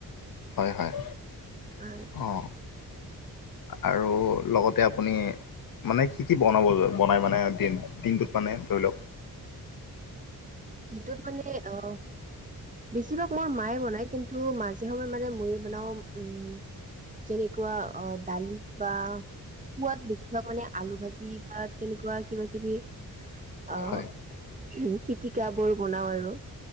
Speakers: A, on the left; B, on the right.
A: হয় হয়।
B: আঁ,
A: অঁ', আৰু লগতে আপুনি মানে কি কি বনাব বনাই মানে দি দিনটোত মানে ধৰি লওক
B: যিটোত মানে অ বেছিভাগ মোৰ মায়ে বনায় কিন্তু মাজে সময়ে মানে মইয়ো বনাও উম যেনেকোৱা অ দালি বা খোৱাত বেছিভাগ মানে আলু ভাজি বা তেনেকোৱা কিবা কিবি অ
A: হয়
B: উম পি তিকাবোৰ বনাও আৰু